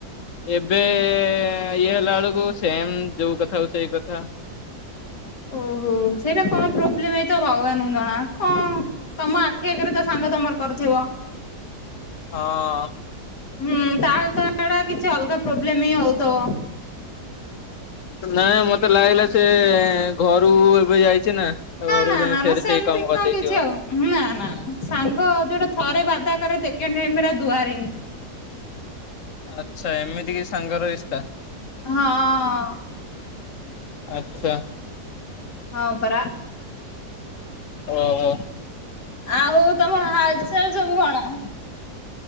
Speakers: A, on the left; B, on the left.
A: ଏବେ ଇଏ ହେଲା ବେଳକୁ ସେମ୍ ଯୋଉ କଥା କୁ ସେଇ କଥା।
B: ଓହୋ ସେଇଟା କଣ ପ୍ରୋବ୍ଲେମ ହେଇଥବ ଭଗବାନ ଙ୍କୁ ଜଣା କଣ ତମ ଆଖି ଆଗରେ ତ ସାଙ୍ଗ ତମର କରିଥିବ।
A: ହଁ।
B: ହୁଁ ତାହେଲେ ତ ହେଡା କିଛି ଅଲଗା ପ୍ରୋବ୍ଲେମ ହିଁ ହଉଥବ।
A: ନାଇଁ ମତେ ଲାଗିଲା ସେ ଘରକୁ ଏବେ ଯାଇ ଛି ନା ତ ଘରକୁ
B: ନା
A: ଯାଇ
B: ନା
A: ଫେରେ
B: ନା ସେମିତି
A: ସେଇ କାମ କରିଦେଇଥିବ।
B: କଣ କିଛି ଆଉ ନା ନା ସାଙ୍ଗ ଯୋଉଟା ଥରେ ବାଦା କରେ ସେକେଣ୍ଡ ଟାଇମ୍ ରେ ଆଉ ଦୁଆରେ ନି।
A: ଆଚ୍ଛା ଏମିତି କି ସାଙ୍ଗର ରିସ୍ତା।
B: ହଁ।
A: ଆଚ୍ଛା।
B: ହଁ ପରା।
A: ଓହୋ।
B: ଆଉ ତମର ହାଲଚାଲ ସବୁ କଣ?